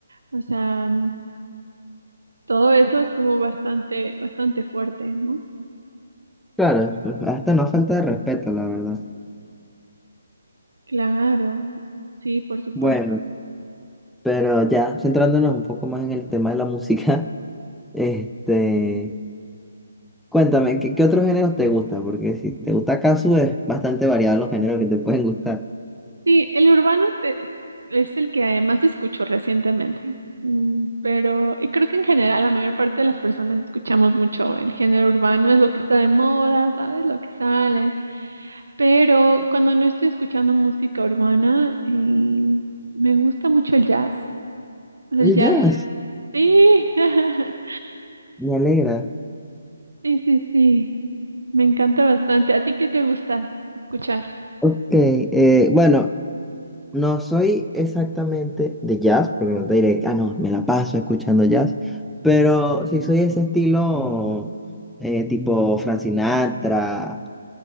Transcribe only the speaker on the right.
O sea, todo eso estuvo bastante, bastante fuerte, ¿no?
Claro, sí, por supuesto.
Sí, el urbano es, de- es el que más escucho recientemente, Mm, pero y creo que en general la mayor parte de las personas escuchamos mucho el género urbano, es lo que está de moda, ¿sabes? Lo que sale, pero cuando no estoy escuchando música urbana, eh, me gusta mucho el jazz. O sea,
El jazz,
sí, <laughs>
sí, sí, sí, me encanta bastante. ¿A ti qué te gusta escuchar?